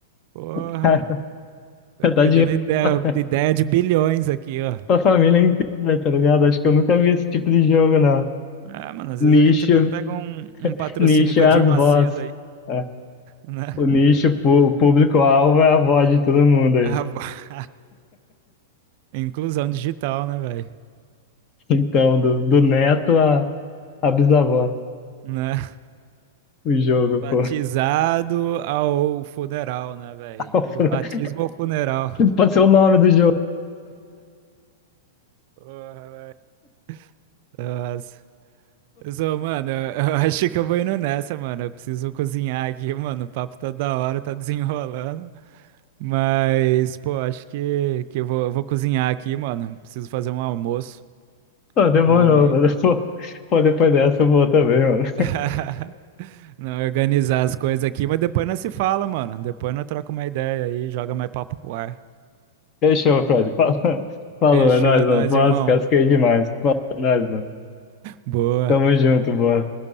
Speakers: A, on the right; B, on the left.
A: Porra,
B: <laughs>
A: tô
B: Cara,
A: perdendo
B: Tá dinheiro
A: ideia,
B: pra
A: ideia de bilhões aqui, ó.
B: pra família inteira, tá ligado? Acho que eu nunca vi esse tipo de jogo, não.
A: Ah, mano, às
B: Nicho,
A: vezes a gente até pega um, um patrocínio
B: nicho
A: com
B: é
A: a Dirma
B: as vozes.
A: Macedo aí,
B: É.
A: né?
B: O nicho, pu- o público-alvo é a voz de todo mundo aí.
A: Ah, bo- <laughs> inclusão digital, né, velho?
B: Então, do, do neto a à bisavó,
A: Né?
B: o jogo,
A: Do batizado
B: pô.
A: ao funeral, né, velho?
B: <laughs>
A: Do batismo ao funeral.
B: Pode ser o nome do jogo.
A: Porra, velho. Nossa. Zô, mano, eu eu <laughs> acho que eu vou indo nessa, mano. Eu preciso cozinhar aqui, mano. O papo tá da hora, tá desenrolando. Mas, pô, acho que, que eu vou, eu vou cozinhar aqui, mano. Preciso fazer um almoço.
B: Pô, demorou,
A: Mas.
B: mas pô, pô, depois dessa eu vou também, mano.
A: <laughs> Não, organizar as coisas aqui. Mas depois nós se fala, mano. Depois nós troca uma ideia aí, joga mais papo pro ar.
B: Fechou, Fred. Falou, <laughs> falou,
A: Fechou,
B: é nóis,
A: é
B: mano.
A: nóis,
B: Nossa,
A: irmão.
B: casquei demais. Falou, é nóis, mano.
A: Boa.
B: Tamo junto, boa.